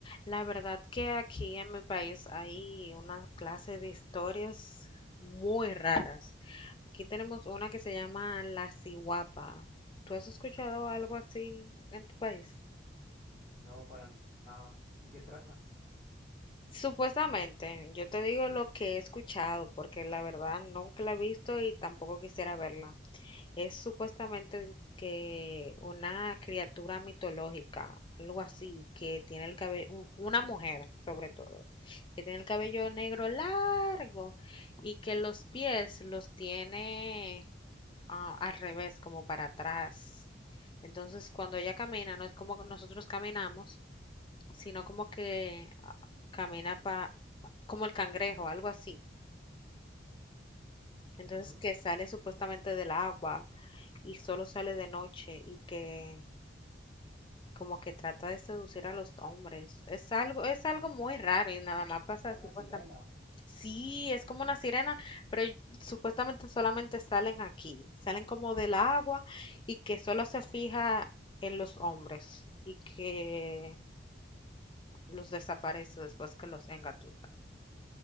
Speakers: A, on the left; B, on the right.
A: La verdad que aquí en mi país hay una clase de historias muy raras. Aquí tenemos una que se llama La Sihuapa. ¿Tú has escuchado algo así en tu país?
B: No, para nada. ¿De qué trata?
A: Supuestamente, yo te digo lo que he escuchado porque la verdad nunca la he visto y tampoco quisiera verla. Es supuestamente que una criatura mitológica, algo así, que tiene el cabello, una mujer sobre todo, que tiene el cabello negro largo y que los pies los tiene ah, al revés, como para atrás. Entonces, cuando ella camina, no es como que nosotros caminamos, sino como que ah, camina pa, como el cangrejo, algo así.
B: Ujú.
A: Entonces, que sale supuestamente del agua y solo sale de noche y que como que trata de seducir a los hombres. Es algo, es algo muy raro y nada más pasa
B: Es como
A: supuestamente.
B: una sirena.
A: Sí, es como una sirena, pero y- supuestamente solamente salen aquí, salen como del agua y que solo se fija en los hombres y que los desaparece después que los engatusan.